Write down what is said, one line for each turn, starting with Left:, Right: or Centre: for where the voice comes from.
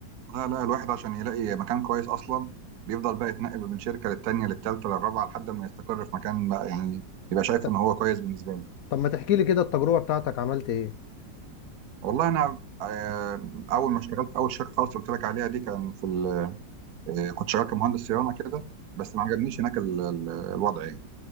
Right: لا لا الواحد عشان يلاقي مكان كويس اصلا بيفضل بقى يتنقل من شركه للتانيه للتالته للرابعه لحد ما يستقر في مكان بقى يعني يبقى شايف
Left: ت-
Right: ان هو كويس بالنسبه له
Left: طب ما تحكي لي كده التجربة بتاعتك عملت ايه
Right: والله انا آه، اول ما اشتغلت في اول شركه خالص قلت لك عليها دي كان في ال- آه، كنت شغال كمهندس صيانه كده بس ما عجبنيش هناك ال- ال- الوضع يعني